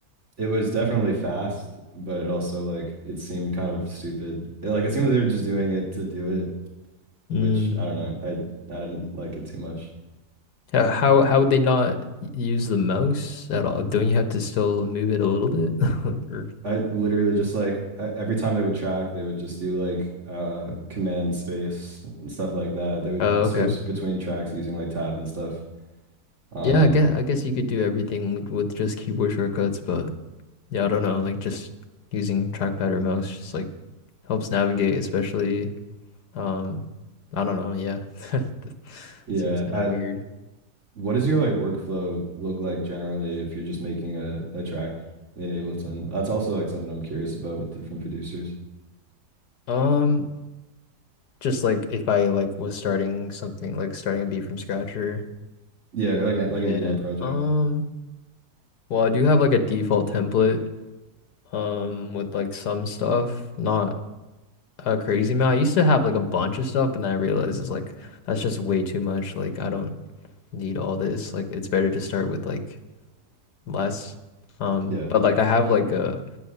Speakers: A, on the right; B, on the left.
A: It was definitely fast, but it also like it seemed kind of stupid. It, like it seemed like they were just doing it to do it,
B: Mm.
A: which I don't know. I I didn't like it too much.
B: How how how would they not use the mouse at all? Don't you have to still move it a little bit? <laughs> Or-
A: I literally just like e- every time they would track, they would just do like uh command space and stuff like that. They would
B: oh, okay.
A: switch between tracks using like tab and stuff. Um
B: Yeah, I guess I guess you could do everything with, with just keyboard shortcuts, but yeah, I don't know, like just using trackpad or mouse just like helps navigate, especially um I don't know, yeah. <laughs>
A: yeah,
B: Seems kind
A: I
B: of weird.
A: what does your like workflow look like generally if you're just making a, a track in Ableton? That's also like something I'm curious about with different producers.
B: Um, Just like if I like was starting something like starting a beat from scratch or
A: Yeah, or like a- like
B: yeah.
A: an EDM project.
B: Um, well, I do have like a default template um with like some stuff, not a crazy amount. I used to have like a bunch of stuff, and then I realized it's like that's just way too much. Like I don't need all this. Like it's better to start with like less. Um,
A: Yeah.
B: but like I have like uh